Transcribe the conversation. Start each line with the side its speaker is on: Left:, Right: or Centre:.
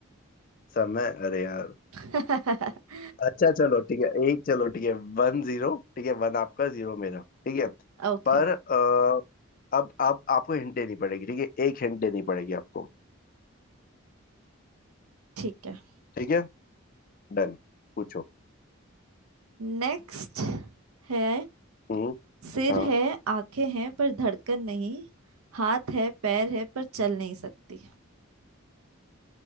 Left: समय अरे यार
Right: <laughs>
Left: अच्छा चलो ठीक है एक चलो ठीक है वन जीरो ठीक है वन आपका जीरो मेरा ठीक है
Right: ओके
Left: पर अ, अब आप आपको हिंट देनी पड़ेगी ठीक है एक हिंट देनी पड़ेगी आपको
Right: ठीक है
Left: ठीक है डन पूछो
Right: नेक्स्ट है
Left: हम्म
Right: सिर
Left: हाँ
Right: है आंखें हैं पर धड़कन नहीं हाथ है पैर है पर चल नहीं सकती